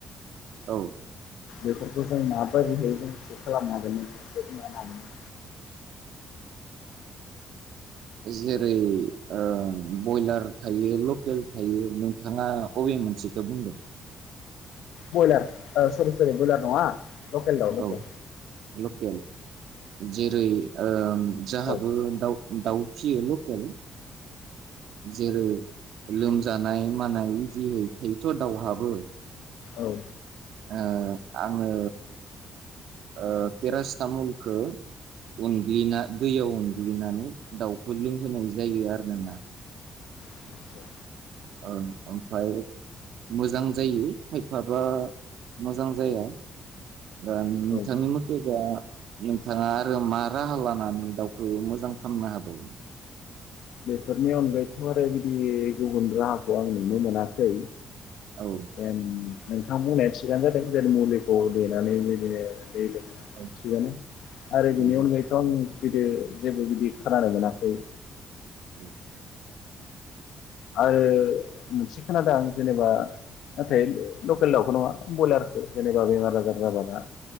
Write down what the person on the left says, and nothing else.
बेफोरखौ जों माबाददिहै जों थिक खालाम हांगोन नोंथाङा एसे बुंनो हागोनना?
ब्रयलार स सरि सरि ब्रयलार नङा। लकेल दाउ लकेल
औ
औ
आदसा
औ
बेफोरनि अनगायैथ' आरो बिदि गुबुन राहाखौ आं नुनो मोनाखै।
एम नोंथां बुंनाया थिगानो जादों जों मुलिखौ देनानै बेबादिनो दै लों
थिगानो आरो
बिनि अनगायैथ आं बिदो जेबो बिदि खोनानो मोनाखै।
आरो मोनसे खोनादों आं जेनेबा नाथाय लकेल दाउखौ नङा बयलारखौ जेनेबा बेमार आजार जाबा ना